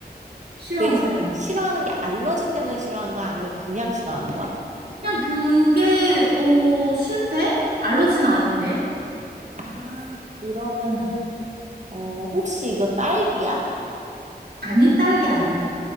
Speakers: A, on the right; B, on the right.
A: 싫어하는
B: 그,
A: 사람을.
B: 싫어하는 게 알러지 때문에 싫어하는 거야? 아니면 그냥 싫어하는 거야?
A: 그냥 그게 어 싫대? 알러지는 아닌데.
B: 아, 그러면은,
A: 응.
B: 어, 혹시 이거 딸기야?
A: 아니 딸기 아니야.